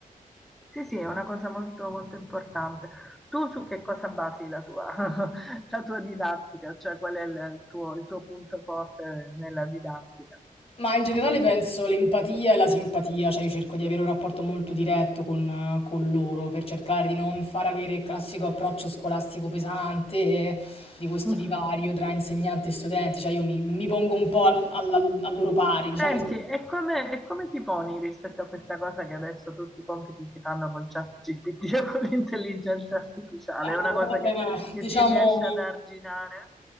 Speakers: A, in the centre; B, on the left.
A: Sì, sì, è una cosa molto, molto importante. Tu su che cosa basi la tua, <laughs> la tua didattica? Cioè, qual è il, il tuo, il tuo punto forte nella didattica?
B: Ma in generale penso l'empatia e la simpatia, cioè io cerco di avere un rapporto molto diretto con, con loro per cercare di non far avere il classico approccio scolastico pesante eh, di questo
A: Mm.
B: divario tra insegnante e studenti, cioè io mi, mi pongo un po' al, al- al loro pari, diciamo,
A: Senti,
B: che-
A: e come, e come ti poni rispetto a questa cosa che adesso tutti i compiti si fanno con ChatGPT <laughs> o con l'intelligenza artificiale?
B: eh,
A: È una cosa
B: vabbè,
A: che, che
B: diciamo
A: si riesce ad arginare?